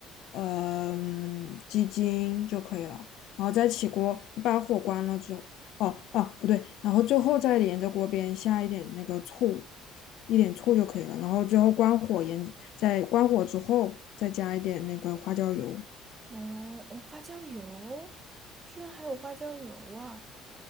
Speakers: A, on the left (about 60°); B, on the right (about 20°).
A: 嗯、鸡精就可以了。然后再起锅，你把火关了之后，哦哦不对，然后最后再沿着锅边下一点那个醋，一点醋就可以了。然后最后关火，沿着在关火之后再加一点那个花椒油。
B: 哦，哦，花椒油，居然还有花椒油啊！